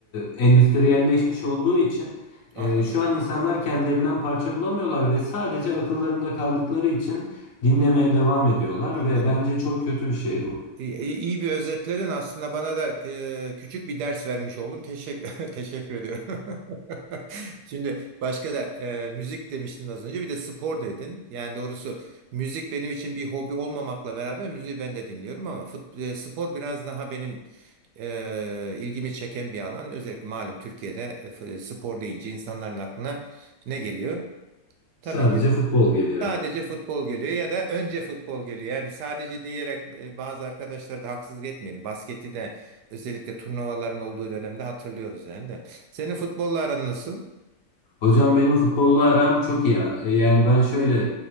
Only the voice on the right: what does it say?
Anladım.
Anladım.
E, İyi bir özetledin aslında bana da e, küçük bir ders vermiş oldun. Teşekkür <laughs> teşekkür ediyorum. <laughs> Şimdi başka da e, müzik demiştin az önce bir de spor dedin. Yani doğrusu müzik benim için bir hobi olmamakla beraber müziği ben de dinliyorum ama fut, e, spor biraz daha benim e, ilgimi çeken bir alan. Özellikle malum Türkiye'de e, f- spor deyince insanların aklına ne geliyor? Tabii
ki
Sadece futbol geliyor ya da önce futbol geliyor. Yani sadece diyerek e, bazı arkadaşlara da haksızlık etmeyelim. Basketi de özellikle turnuvaların olduğu dönemde hatırlıyoruz yani de. Senin futbolla aran nasıl?